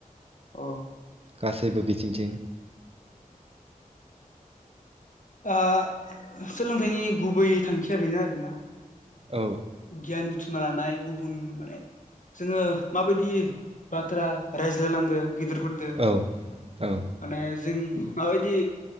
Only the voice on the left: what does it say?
अ
आ सोलोंथाइनि गुबै थांखिया बेनो आरोना
गियान बुथुमना लानाय गुबुन माने जोङो माबायदि बाथ्रा रायज्लायनांगो गिदिरफोरदो
माने जों माबायदि